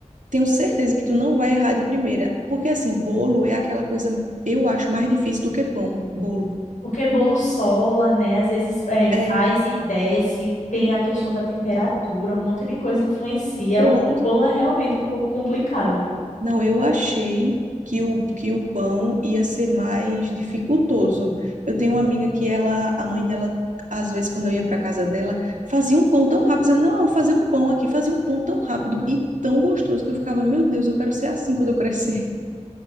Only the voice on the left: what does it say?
Porque bolo sola, né? Às vezes é, faz
e desce, tem a questão da temperatura, um monte de coisa influencia.
O, o bolo é realmente um pouco complicado.